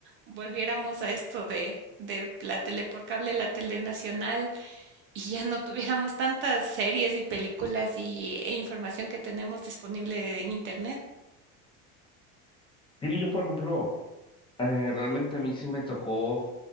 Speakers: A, on the right; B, on the left.
A: volviéramos a esto de, de la tele por cable, la tele nacional, y ya no tuviéramos tantas series y películas y, e información que tenemos disponible en internet.
B: Sí, yo, por ejemplo, eh, realmente a mí sí me tocó